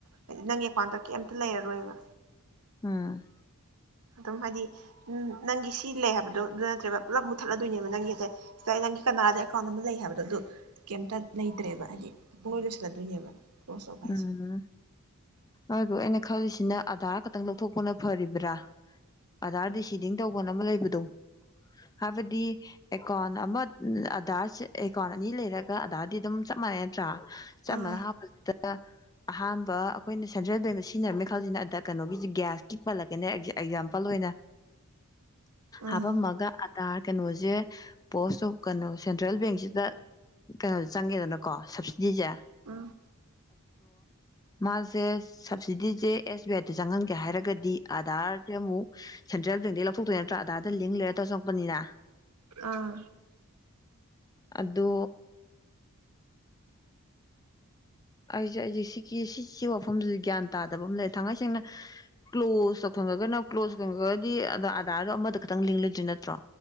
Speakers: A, on the right; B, on the left.
A: ꯍꯥꯏꯗꯤ ꯅꯪꯒꯤ ꯑꯦꯀꯥꯎꯟꯗ ꯀꯦꯝꯇ ꯂꯩꯔꯔꯣꯏꯕ
B: ꯑꯝ
A: ꯑꯗꯨꯝ ꯍꯥꯏꯗꯤ ꯎꯝ ꯅꯪꯒꯤ ꯁꯤ ꯂꯩ ꯍꯥꯏꯕꯗꯣ ꯑꯗꯨ ꯅꯠꯇ꯭ꯔꯦꯕ ꯄꯨꯂꯞ ꯃꯨꯠꯊꯠꯂꯗꯣꯏꯅꯦꯕ ꯅꯪꯒꯤ ꯑ ꯅꯪꯒꯤ ꯀꯅꯥꯗ ꯑꯦꯀꯥꯎꯟ ꯑꯃ ꯂꯩ ꯍꯥꯏꯕꯗꯣ ꯑꯗꯨ ꯀꯩꯝꯇ ꯂꯩꯇ꯭ꯔꯦꯕ ꯍꯥꯏꯗꯤ ꯄꯨꯡꯂꯣꯏ ꯂꯣꯏꯁꯤꯜꯂꯗꯣꯏꯅꯦꯕ ꯀ꯭ꯂꯣꯖ ꯇꯧꯕ ꯍꯥꯏꯁꯦ
B: ꯎꯝ ꯑꯗꯨꯗꯣ ꯑꯩꯅ ꯈꯜꯂꯤꯁꯤꯅ ꯑꯙꯥꯔ ꯈꯛꯇꯪ ꯂꯧꯊꯣꯛꯄꯅ ꯐꯔꯤꯕ꯭ꯔ ꯑꯙꯥꯔꯗꯤ ꯁꯤꯗꯤꯡ ꯇꯧꯕꯅ ꯑꯃ ꯂꯩꯕꯗꯣ ꯍꯥꯏꯕꯗꯤ ꯑꯦꯀꯥꯎꯟ ꯑꯃ ꯑꯙꯥꯔ ꯑꯦꯀꯥꯎꯟ ꯑꯅꯤ ꯂꯩꯔꯒ ꯑꯙꯥꯔꯗꯤ ꯑꯗꯨꯝ ꯆꯞ ꯃꯥꯟꯅꯩ ꯅꯠꯇ꯭ꯔꯥ ꯆꯞꯃꯅ
A: ꯑꯥ
B: ꯍꯥꯞꯄꯗꯨꯗ ꯑꯍꯥꯟꯕ ꯑꯩꯈꯣꯏꯅ ꯁꯦꯟꯇ꯭ꯔꯦꯜ ꯕꯦꯡꯗ ꯁꯤꯖꯤꯟꯅꯔꯝꯃꯦ ꯈꯜꯂꯖꯤꯅꯦ ꯑꯗ ꯀꯩꯅꯣꯒꯤ ꯒ꯭ꯌꯥꯁꯀꯤ ꯄꯂꯛ ꯀꯦꯅꯦ ꯑꯦꯛꯖꯥꯝꯄꯜ ꯑꯣꯏꯅ
A: ꯑꯥ
B: ꯍꯥꯄꯝꯃꯒ ꯑꯙꯥꯔ ꯀꯩꯅꯣ ꯖꯦ ꯄꯣꯁ ꯑꯣꯐ ꯀꯩꯅꯣ ꯁꯦꯟꯇ꯭ꯔꯦꯜ ꯕꯦꯡꯁꯤꯗ ꯀꯩꯅꯣ ꯆꯪꯉꯦꯗꯅꯀꯣ ꯁꯕꯁꯤꯗꯤꯖꯦ
A: ꯎꯝ
B: ꯃꯥꯖꯦ ꯁꯞꯁꯤꯗꯤꯖꯦ ꯑꯦꯁꯕꯤ ꯑꯥꯏ ꯗ ꯆꯪꯉꯝ ꯒꯦ ꯍꯥꯏꯔꯒꯗꯤ ꯑꯥꯙꯥꯔꯖꯦ ꯑꯃꯨꯛ ꯁꯦꯟꯇ꯭ꯔꯦꯜ ꯕꯦꯡꯗꯩ ꯂꯧꯊꯣꯛꯇꯣꯏ ꯅꯠꯇ꯭ꯔꯥ ꯑꯙꯥꯔꯗ ꯂꯤꯡ ꯂꯩꯔ ꯇꯧꯔ ꯆꯪꯉꯛꯄꯅꯤꯅ
A: ꯑꯥ
B: ꯑꯗꯨ ꯑꯩꯁꯦ ꯑꯩꯁꯦ ꯁꯤꯒꯤ ꯁꯤꯁꯤ ꯋꯥꯐꯝꯁꯦ ꯒ꯭ꯌꯥꯟ ꯇꯥꯗꯕ ꯑꯃ ꯂꯩ ꯊꯥꯡꯉꯩ ꯁꯦꯡꯅ ꯀ꯭ꯂꯣꯁ ꯇꯧꯁꯟꯈ꯭ꯔꯥꯒꯅ ꯀ꯭ꯂꯣꯁꯇꯧꯒꯗꯤ ꯑ ꯑꯥꯙꯥꯔꯗꯣ ꯑꯃꯗ ꯈꯛꯇꯪ ꯂꯤꯡ ꯂꯩꯗꯣꯏ ꯅꯠꯇ꯭ꯔꯣ